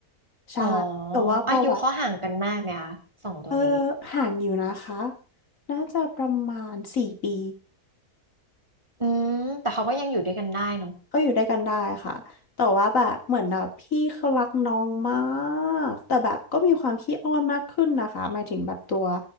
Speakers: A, on the left; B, on the right.
A: ใช่แต่ว่าพอแบบ
B: อ๋ออายุเขาห่างกันมากไหมคะสองตัวนี้
A: เออห่างอยู่นะคะน่าจะประมาณสี่ปี
B: อืมแต่เขาก็ยังอยู่ด้วยกันได้เนาะ
A: ก็อยู่ด้วยกันได้ค่ะ แต่ว่าแบบ เหมือนแบบพี่เขารักน้องมาก แต่แบบก็มีความขี้อ้อนมากขึ้นนะคะหมายถึงแบบตัว